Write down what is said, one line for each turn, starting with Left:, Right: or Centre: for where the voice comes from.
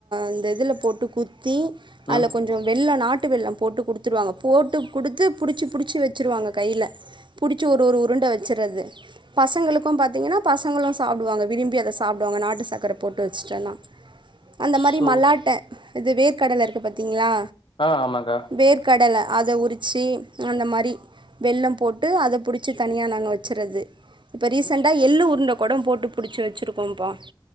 Right: இந்த இதுல போட்டு குத்தி அது
Left: ம்.
Right: கொஞ்சோ வெல்லம் நாட்டு வெல்லம் போட்டு குடுத்துருவாங்க போட்டு குடுத்து புடிச்சு புடிச்சி வச்ச வச்சுருவாங்க கைல புடிச்சி ஒரு ஒரு உருண்ட வச்சுறது பசங்களுக்கு பாத்திங்கன்னா பசங்களு சாப்டுவாங்க விரும்பி அத சாப்டுவாங்க நாட்டு சக்கர போட்டு வச்சுட்டன்னா அந்த மாரி
Left: சோ
Right: மல்லாட்ட இது வேர்க்கடல இருக்கு பாத்தீங்களா
Left: ஆ ஆமாங்கா
Right: வேர்க்கடல அத உரிச்சி அந்த மாரி வெல்லம் போட்டு அத புடிச்சி தனியா நாங்க வச்சிறது இப்ப ரீசண்டா எள்ளு உருண்ட கூட போட்டு புடிச்சி வச்சிருக்கோம்ப்பா